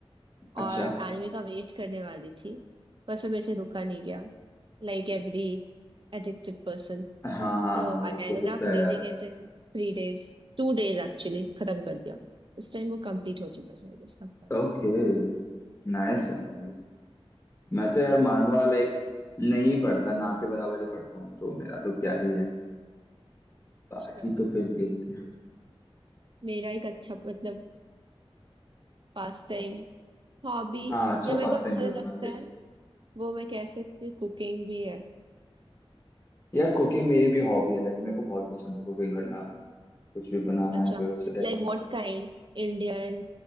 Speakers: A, on the left (about 20°); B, on the right (about 50°).
A: अच्छा
B: और एनिमे का वेट करने वाली थी पर फिर मेरे से रुका नहीं गया लाइक एवरी एडिक्टेड पर्सन
A: हाँ हाँ
B: तो
A: वो
B: I
A: तो
B: ended
A: होता
B: up reading
A: है यार
B: it in थ्री days टू days actually खत्म कर दिया उस टाइम वो कंप्लीट हो चुका था आई गेस तब पढ़ा
A: ओके नाइस है नाइस मैं तो यार मानवा लाइक नहीं पढ़ता ना के बराबर ही पढ़ता हूँ तो मेरा तो क्या ही है बाकी
B: अच्छा।
A: तो फिर देखते हैं
B: मेरा एक अच्छा मतलब पास टाइम हॉबी
A: हाँ अच्छा
B: या मेरे
A: पास
B: को अच्छा
A: टाइम होगा
B: जो
A: तुम्हारे
B: लगता
A: पे
B: है वो मैं कह सकती हूँ कुकिंग भी है
A: यार कुकिंग मेरी भी हॉबी है लाइक मेरे को बहुत पसंद है कुकिंग करना कुछ भी बनाना
B: अच्छा
A: है फिर वैसे टाइप
B: like what kind Indian